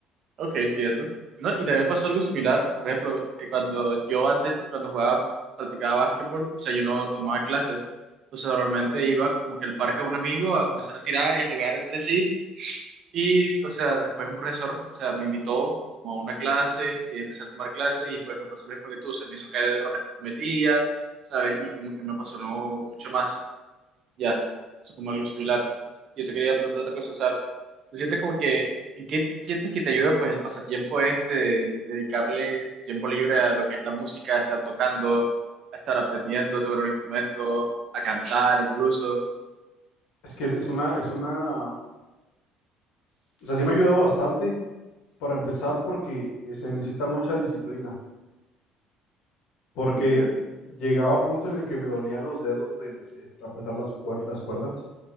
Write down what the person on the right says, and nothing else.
Ok, entiendo. No, y también pasó algo similar. Por ejemplo, eh, cuando yo antes, cuando jugaba, practicaba básquetbol, o sea, yo no tomaba clases. O sea, normalmente iba como que al parque a un amigo a comenzar a tirar y a jugar entre sí. Y, o sea, después un profesor, o sea, me invitó como a una clase y empecé a tomar clases y pues me pasó lo mismo que tú. Se me hizo caer errores que cometía, ¿sabes? Y como que me apasionó mucho más. Ya, es como algo similar. Yo te quería preguntar otra cosa, o sea, ¿tú sientes como que, ¿en qué sientes que te ayuda pues el pasatiempo este de dedicarle tiempo libre a lo que es la música, a estar tocando, a estar aprendiendo a tocar un instrumento, a cantar incluso?
Entiendo.